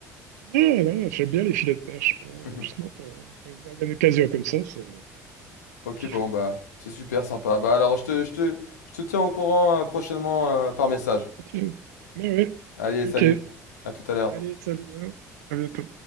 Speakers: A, on the right; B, on the left.
A: Non, non, j'aime bien les filets de perche, pour, euh,
B: <laughs>
A: justement, pour, euh, pour une, une occasion comme ça, c'est
B: Ok
A: kiff.
B: bon bah c'est super sympa. Bah alors je te, je te, je te tiens au courant euh, prochainement euh, par message.
A: Ok. Mais ouais,
B: Allez
A: ouais,
B: salut,
A: ok.
B: à tout à l'heure.
A: Allez, salut, hein. à bientôt.